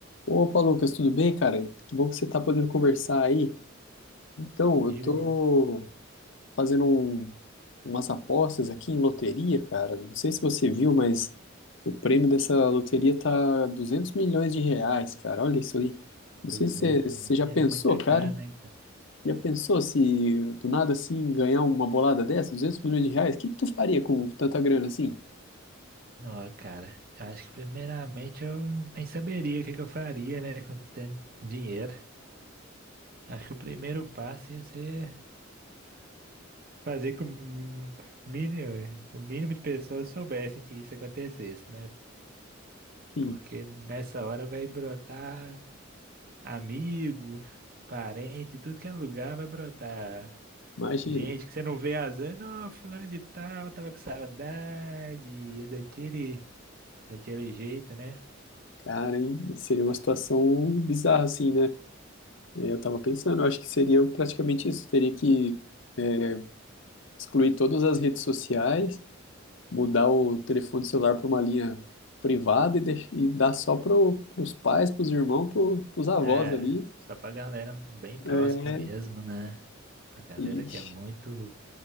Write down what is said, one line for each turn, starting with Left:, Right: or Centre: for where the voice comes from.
Left: Opa, Lucas, tudo bem, cara? Que bom que você está podendo conversar aí. Então, eu
Right: Diga
Left: tô
Right: ali,
Left: fazendo um- umas apostas aqui em loteria, cara. Não sei se você viu, mas o prêmio dessa loteria tá 200 milhões de reais, cara. Olha isso aí. Não
Right: 200
Left: sei se você você
Right: mil
Left: já pensou,
Right: é muita
Left: cara.
Right: grana, hein, cara?
Left: Já pensou se do nada assim ganhar uma bolada dessa, 200 milhões de reais? O que que tu faria com tanta grana assim?
Right: Não, cara, eu acho que primeiramente eu nem saberia o que que eu faria, né, com tanto dinheiro. Acho que o primeiro passo ia ser fazer com o mínimo, o mínimo de pessoas soubessem que isso acontecesse, né?
Left: Sim,
Right: Porque nessa hora vai brotar amigo, parente, tudo que é lugar vai brotar.
Left: imagina.
Right: Gente que você não vê há anos, fulano de tal, tava com saudade é daquele Daquele jeito, né?
Left: Cara, hein? seria uma situação bizarra assim, né? É, Eu tava pensando, eu acho que seria praticamente isso. Teria que é, excluir todas as redes sociais, mudar o telefone celular para uma linha privada e, deix- e dar só para os pais, para os irmãos, para os avós
Right: É, é,
Left: ali.
Right: só pra galera bem próxima
Left: É,
Right: mesmo, né? Pra galera
Left: ixi.
Right: que é muito.